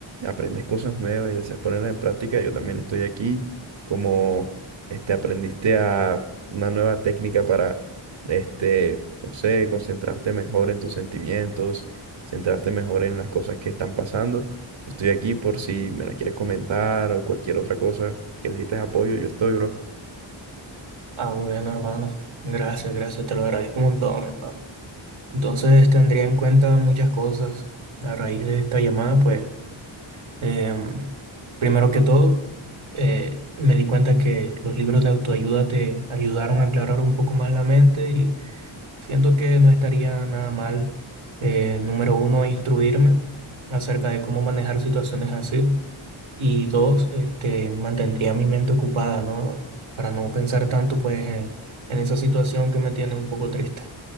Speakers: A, on the right; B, on the right.
A: aprendes cosas nuevas y deseas ponerlas en práctica, yo también estoy aquí. Como este, aprendiste a una nueva técnica para, este, no sé, concentrarte mejor en tus sentimientos, centrarte mejor en las cosas que están pasando. Estoy aquí por si me la quieres comentar o cualquier otra cosa que necesites apoyo, yo estoy, bro.
B: Ah, bueno, hermano. Gracias, gracias, te lo agradezco un montón, hermano. Entonces tendría en cuenta muchas cosas a raíz de esta llamada, pues em, primero que todo eh, me di cuenta que los libros de autoayuda te ayudaron a aclarar un poco más la mente y siento que no estaría nada mal, eh, número uno, instruirme acerca de cómo manejar situaciones así y dos, este, mantendría mi mente ocupada, ¿no? Para no pensar tanto pues en en esa situación que me tiene un poco triste.